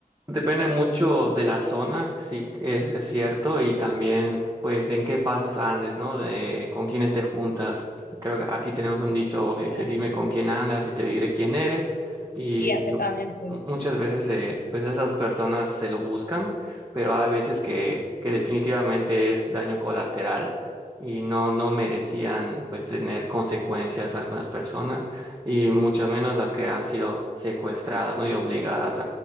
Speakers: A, on the right (about 25°); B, on the left (about 75°).
A: Depende mucho de la zona, sí que es, es cierto, y también pues de en qué pasos andes, ¿no? De con quiénes te juntas. Creo que aquí tenemos un dicho que dice,
B: Claro.
A: dime con quién andas y te diré quién eres. Y
B: Y
A: sí,
B: acá también se
A: muchas
B: hace.
A: veces eh, pues esas personas se lo buscan, pero hay veces que, que definitivamente es daño colateral y no, no merecían pues tener consecuencias algunas personas y mucho menos las que han sido secuestradas, ¿no? Y obligadas